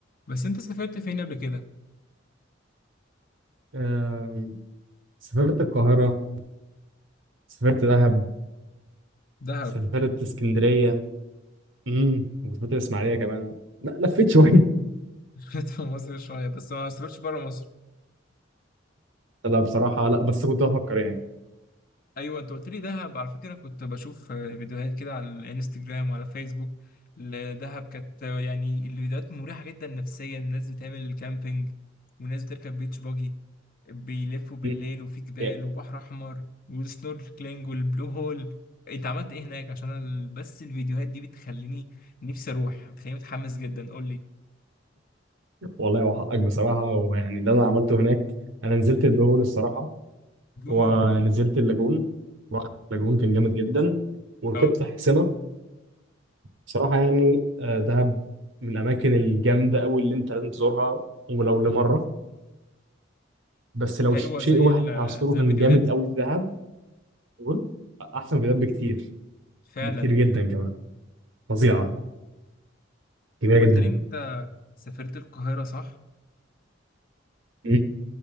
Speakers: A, on the left (about 50°); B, on the right (about 85°).
A: بس انت سافرت فين قبل كده؟
B: آم، سافرت القاهرة سافرت دهب
A: دهب
B: سافرت اسكندرية امم وسافرت الإسماعيلية كمان لا لفيت <laughs> شوية
A: <laughs> سافرت في مصر شوية بس ما سافرتش بره مصر
B: لا بصراحة لا بس كنت بفكر يعني
A: ايوه انت قلت لي دهب على فكرة كنت بشوف آه، فيديوهات كده على الانستجرام وعلى فيسبوك لدهب كانت آه، يعني الفيديوهات مريحة جدا نفسيا الناس بتعمل كامبينج وناس بتركب بيتش باجي بيلفوا بالليل
B: مم.
A: وفي جبال
B: يعني
A: وبحر احمر والسنوركلينج والبلو هول انت عملت ايه هناك عشان أنا بس الفيديوهات دي بتخليني نفسي اروح بتخليني متحمس جدا قول لي
B: والله وحقك بصراحة ويعني اللي أنا عملته هناك أنا نزلت البلو هول الصراحة
A: البلو
B: ونزلت
A: هول
B: اللاجون رحت اللاجون كان جامد جدا وركبت
A: اه
B: حصينة بصراحة يعني آه، دهب من الأماكن الجامدة أوي اللي أنت لازم تزورها ولو لمرة بس لو
A: حلوة
B: شيء
A: زي
B: واحد
A: ال
B: هذكره
A: زي
B: كان
A: الفيديوهات
B: جامد أوي في دهب قول احسن فيديوهات بكتير
A: فعلا
B: بكتير جدا كمان فظيعه جميله
A: وقلت
B: جدا
A: لي انت سافرت القاهرة صح؟
B: مم.